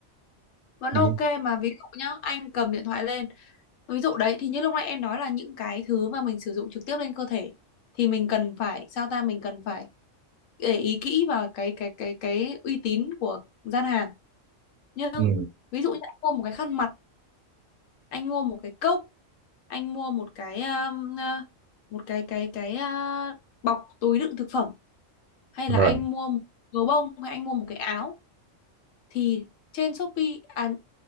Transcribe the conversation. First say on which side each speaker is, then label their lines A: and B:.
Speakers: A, on the left; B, on the right.
A: vẫn
B: đi
A: ok mà ví dụ nhá anh cầm điện thoại lên ví dụ đấy thì như lúc nãy em nói là những cái thứ mà mình sử dụng trực tiếp lên cơ thể thì mình cần phải sao ta mình cần phải để ý kỹ vào cái cái cái cái uy tín của gian hàng nhưng
B: ừ.
A: ví dụ như anh mua một cái khăn mặt anh mua một cái cốc anh mua một cái um, à, một cái cái cái à, bọc túi đựng thực phẩm hay
B: rồi
A: là anh mua một gấu bông hay anh mua một cái áo thì trên Shopee à,